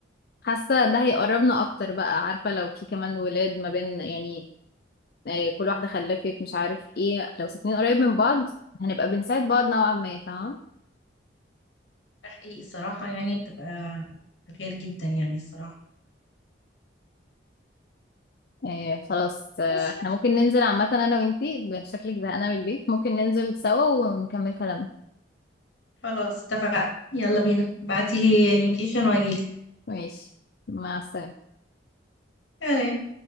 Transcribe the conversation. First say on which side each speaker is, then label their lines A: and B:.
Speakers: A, on the left (about 55°); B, on the left (about 75°).
A: حاسة ده هيقربنا اكتر بقى عارفة لو في كمان ولاد ما بين يعني آه، كل واحدة خلفت مش عارف ايه لو ساكنين قريب من بعض هنبقى بنساعد بعض نوعا ما فاهمة
B: تحقيق الصراحة يعني بتبقى غير جدا يعني الصراحة
A: إيه خلاص آه،
B: بس
A: احنا ممكن ننزل عامة انا وانتي شكلك زهقانة من البيت ممكن ننزل سوا ونكمل كلامنا
B: خلاص اتفقنا يلا بينا بعتيلي اللوكيشن واجيلك
A: ماشي مع السلامة
B: تمام.